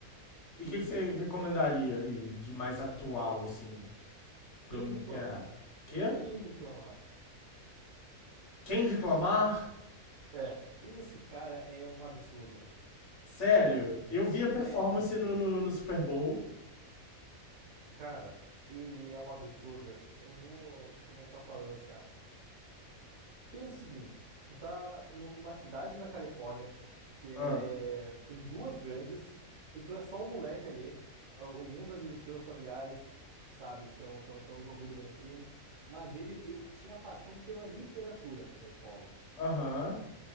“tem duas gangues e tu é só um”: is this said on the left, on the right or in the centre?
Right